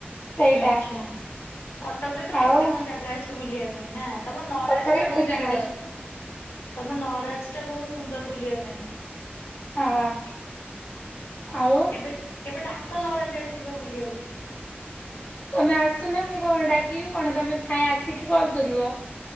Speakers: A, on the left; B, on the left.
A: ସେଇଟା
B: ଆଚ୍ଛା କଟକରେ ତ କେତେ
A: ଆଉ
B: କଣ ଜାଗା ଅଛି ବୁଲିବା ପାଇଁ ନା? ତମ ନରାଜ
A: କଟକରେ
B: ଟା ବହୁତ
A: ଜାଗା
B: ସୁନ୍ଦର
A: ଅଛି।
B: ତମ ନରାଜ ଟା ବହୁତ ସୁନ୍ଦର ବୁଲିବା ପାଇଁ।
A: ଆହା। ଆଉ
B: କେବେ କେବେ ଡାକ ଅରାଜ ଆଡେ ଯିବା ବୁଲିବାକୁ।
A: ତମେ ଆସୁନ ମୁଁ କଣ ଡାକିବି କଣ ତମେ ଛାଇଏଁ ଆସିକି କଲ୍ କରିବ,।